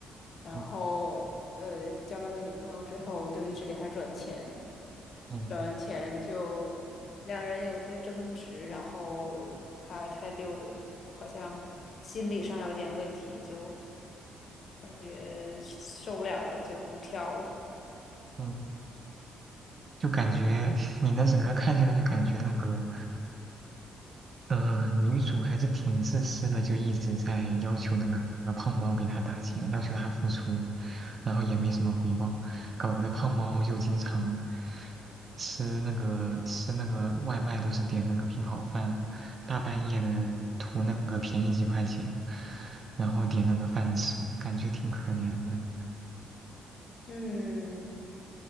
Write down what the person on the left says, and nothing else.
然后呃交了个女朋友之后，
就一直给他转钱。
表演前就两人有些争执，然后他他就好像心理上有点问题，就感觉受不了了，就就跳了。
嗯，